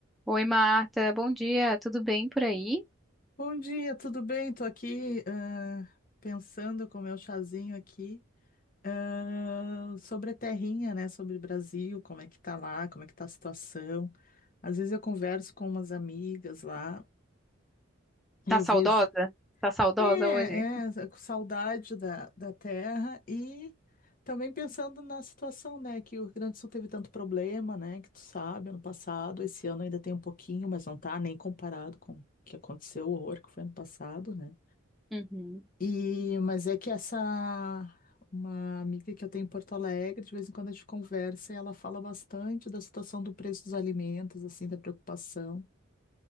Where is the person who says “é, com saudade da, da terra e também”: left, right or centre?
Left